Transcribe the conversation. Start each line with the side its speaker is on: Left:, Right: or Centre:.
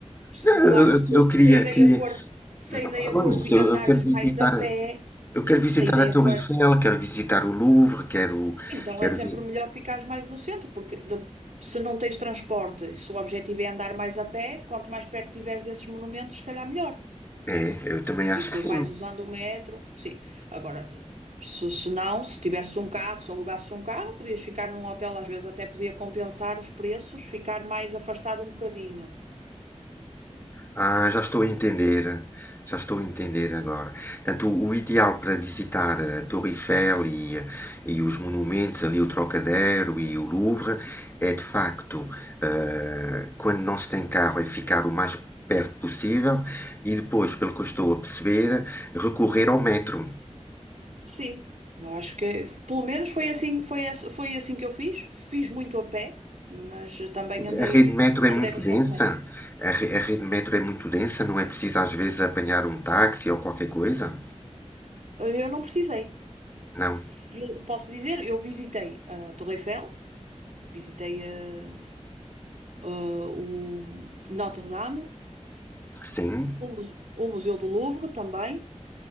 Right: Se,
Left: Não,
Right: claro,
Left: eu,
Right: se,
Left: eu-
Right: tu-
Left: eu queria,
Right: se a ideia
Left: queria,
Right: for, se a ideia
Left: Não
Right: for
Left: nisso,
Right: vi-
Left: eu,
Right: andares
Left: eu quero visitar,
Right: mais a pé,
Left: eu quero visitar
Right: se a ideia
Left: a Torre
Right: for,
Left: Eiffel, quero visitar o Louvre, quero,
Right: então
Left: quero
Right: é sempre
Left: ver.
Right: melhor ficares mais no centro, porque de- se não tens transporte, e se o objetivo é andar mais a pé, quanto mais perto tiveres desses monumentos, se calhar melhor.
Left: É, eu também acho
Right: E depois
Left: que sim.
Right: vais usando o metro, sim. Agora, se, se não, se tivesses um carro, se alugasses um carro, podias ficar num hotel, às vezes até podia compensar os preços, ficar mais afastado um bocadinho.
Left: Ah, já estou a entender. Já estou a entender agora. Portanto, o, o ideal para visitar a Torre Eiffel e, e os monumentos, ali o Trocadéro e o Louvre, é de facto, ah, quando não se tem carro, é ficar o mais perto possível e depois, pelo que eu estou a perceber, recorrer ao metro.
Right: Sim, eu acho que pelo menos foi assim, foi, esse- foi assim que eu fiz. Fiz muito a pé, mas também andei,
Left: A rede metro é
Right: andei
Left: muito
Right: bastante
Left: densa?
Right: metro.
Left: A, re- a rede metro é muito densa? Não é preciso às vezes apanhar um táxi ou qualquer coisa?
Right: Eu não precisei.
Left: Não.
Right: Eu posso dizer, eu visitei a Torre Eiffel, visitei a, a- o Notre Dame,
Left: Sim,
Right: o Muse- o Museu do Louvre também.